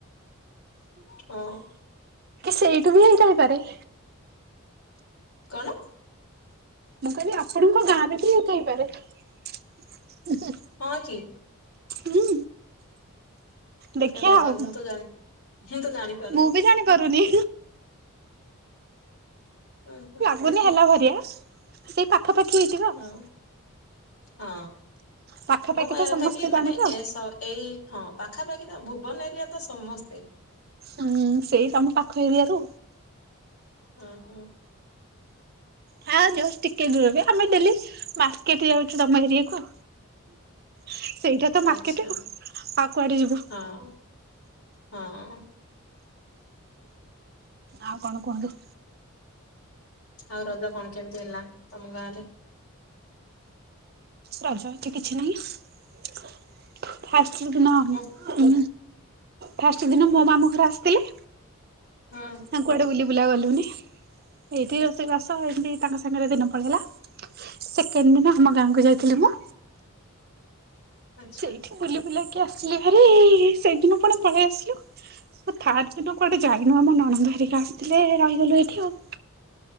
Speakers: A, on the left; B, on the right.
A: ହଁ।
B: ସେଇଠୁ ବି ହେଇ ଥାଇପାରେ।
A: କଣ?
B: ମୁଁ କହିଲି ଆପଣଙ୍କ ଗାଁରେ ବି ହେଇଥାଇପାରେ।
A: ହଁ କି।
B: ହୁଁ ଦେଖିବା
A: ହେ ଭଗବାନ
B: ଆଉ
A: ମୁଁ ତ ଜା ମୁଁ ତ ଜାଣିବି
B: ମୁଁ ବି ଜାଣି ପାରୁନି।
A: ଉଁ ହୁଁ।
B: ଗୁନି ହେଲା ଭରିଆ ସେଇ ପାଖାପାଖି ହେଇଥିବ ଆଉ।
A: ହଁ ହଁ
B: ପାଖାପାଖି
A: ମୋ କହିବା
B: ତ
A: କଥା
B: ସମସ୍ତେ
A: କି ମାନେ
B: ଜାଣିବେ ଆଉ।
A: ଏସ ଏଇ ହଁ ପାଖାପାଖି ତ ଭୁବନ ଏରିଆ ତ ସମସ୍ତେ।
B: ଉଁ ସେଇ ତମ ପାଖ ଏରିଆରୁ।
A: ହଁ ହଁ।
B: ହଁ ଜସ ଟିକେ ଦୂରରେ ଆମେ ଡେଲି ମାର୍କେଟ ଯାଉଚୁ ତମ ଏରିଆକୁ। ସେଇଟା ତ ମାର୍କେଟ
A: ଆଚ୍ଛା
B: ଆଉ କୁଆଡେ ଯିବୁ।
A: ହଁ। ହଁ।
B: ଆଉ କଣ କୁହନ୍ତୁ।
A: ଆଉ ରଜ କଣ କେମିତି ହେଲା ତମ ଗାଁ ରେ?
B: ରଜ ଏଠି କିଛି ନାହିଁ ଫାସ ଦିନ ଆ
A: ମୋ
B: ଉ ଫାଷ୍ଟ ଦିନ ମୋ ମାମୁ ଘରେ ଆସିଥିଲେ।
A: ହଁ
B: ହ କୁଆଡେ ବୁଲି ବୁଲା ଗଲୁନି। ଏଇଠି ରୋଷେଇ ବାସ ଏମିତି ତାଙ୍କ ସାଙ୍ଗରେ ଦିନ ପଳେଇଲା। ସେକେଣ୍ଡ ଦିନ ଆମ ଗାଁକୁ ଯାଇଥିଲି ମୁଁ।
A: ଆଚ୍ଛା
B: ଏଇଠି ବୁଲି ବୁଲାକି ଆସିଲି ହାରି ସେଇଦିନ ପୁଣି ପଳେଇ ଆସିଲୁ। ଥାର୍ ଦିନ କୁଆଡେ ଯାଇନୁ ଆମ ନଣନ୍ଦ ହରିକା ଆସିଥିଲେ ରହିଗଲୁ ଏଇଠି ଆଉ।